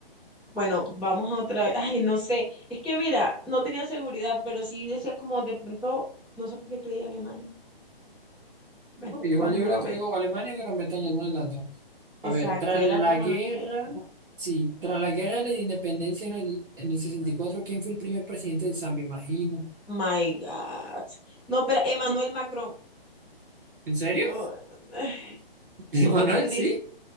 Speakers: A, in the centre; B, on the right (about 60°).
A: Bueno, vamos a otra vez. Ay, no sé. Es que mira, no tenía seguridad, pero sí decía como de pronto, no sé por qué creía Alemania. Bueno,
B: Pero Igual
A: vamos
B: yo
A: nuevamente.
B: hubiera cogido o Alemania o Gran Bretaña, alguna de las dos.
A: Exacto,
B: A ver, tras
A: era
B: la
A: como
B: guerra,
A: la que.
B: sí, tras la guerra de la independencia en el, en el 64, ¿quién fue el primer presidente de Zambia? Imagina.
A: My God. No, pero Emmanuel Macron.
B: ¿En serio?
A: Oh, <sighs>
B: <laughs>
A: ¿O
B: Manuel,
A: tú quién dices?
B: sí,